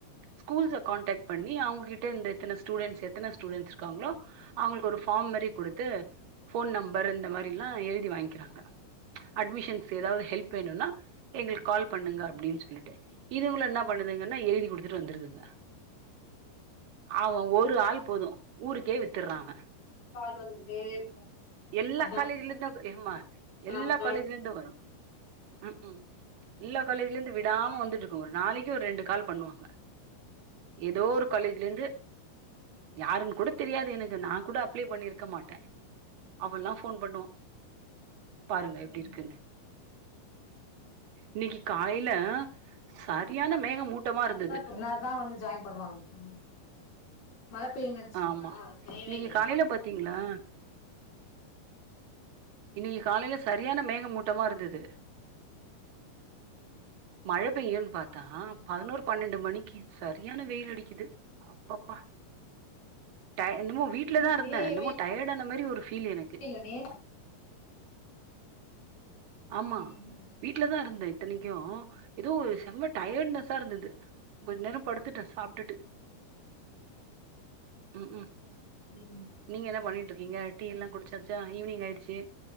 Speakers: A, on the right; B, on the left.
A: ஸ்கூல்ஸ காண்டாக்ட் பண்ணி அவங்ககிட்ட இந்த எத்தன ஸ்டூடண்ட்ஸ் எத்தன ஸ்டூடண்ட்ஸ் இருக்காங்களோ அவங்களுக் ஒரு ஃபார்ம் மாரி குடுத்து ஃபோன் நம்பர் இந்த மாரிலா எழுத் தி வாங்க்கிறாங்க அட்மிஷன்ஸ் ஏதாவது ஹெல்ப் வேணும்னா எங்களுக்கு கால் பண்ணுங்க அப்படின்னு சொல்லிட்டு இதுங்களு என்ன பண்ணுதுங்கன்னா எழுதி குடுத்துட்டு வந்துருதுங்க ஆவ ஒரு ஆள் போது ஊருக்கே வித்து த்துர்ரா அவ
B: கால் வந்துகிட்டே இருக்கு
A: எல்லா
B: அதா
A: காலேஜலந்து என்ம்மா எல்லா
B: நமக்கு கால்
A: காலேஜ்லந்து வரு உ உ எல்லா காலேஜ்ல இருந்து விடாம் வந்துட்ருக்கும் ஒரு நாளைக்கு ஒரு ரெண்டு கால் பண்ணுவாங்க ஏதோ ஒரு காலேஜ்ல இருந்து யாருன்னு கூட தெரியாது எனக்கு நா கூட அப்ளை பண்ணிருக்க மாட்டே அவளல்லா ஃபோன் பண்ணுவா பாருங்க எப்டி
B: ம்
A: இருக்குன்னு இன்னைக்கு காலைல ந சரியான மேகமூட்டமா இருந்தது
B: என்னாதா வந்து ஜாயின் பண்ணுவாங்க மேம் மழ பெய்யுணும்னுநெனச்சுங்களா
A: ஆமா
B: பேயவே
A: இன்னைக்கு
B: இல்லையே
A: காலையில பாத்தீங்களா இன்னைக்கு காலைல சரியான மேகமூட்டமா இருந்தது மழ பெய்யும்ன்னு பாத்தா பதினோரு பன்னெண்டு மணிக்கு சரியான வெயில் அடிக்குது அப்பப்பா டை இன்னமோ வீட்டுல
B: ஆ
A: தா இருந்தே
B: பெய்யவே
A: என்னமோ டயர்டான மாரி ஒரு ஃபீல் எனக்கு
B: இல்ல நேத்
A: ஆமா
B: ம்
A: வீட்டு்லதா இருந்தே தனி க்கும் ஏதோ ஒரு செம்பட் டயர்ட்னஸ்ஸா இருந்தது கொஞ்சம் நேரம் படுத்துட்டேன் சாப்பிட்டுட்டு ம் ம்
B: ம்
A: நீங்க என்ன பண்ணிட்டு இருக்கீங்க டீ எல்லாம் குடிச்சாச்சா ஈவினிங் ஆயிடுச்சு